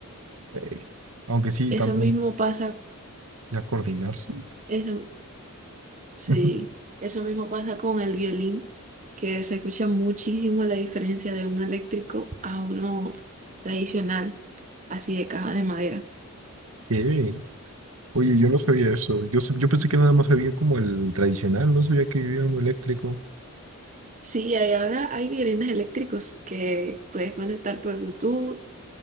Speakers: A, on the right (about 75°); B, on the right (about 35°).
A: Ey. Aunque sí,
B: Eso
A: también
B: mismo pasa,
A: ya coordinarse.
B: eso, sí,
A: <laughs>
B: eso mismo pasa con el violín, que se escucha muchísimo la diferencia de uno eléctrico a uno tradicional, así de caja de madera.
A: ¿Qué? Oye, yo no sabía eso. Yo, se- yo pensé que nada más había como el tradicional, no sabía que había uno eléctrico.
B: Sí, hay- ahora hay violines eléctricos que puedes conectar por Bluetooth.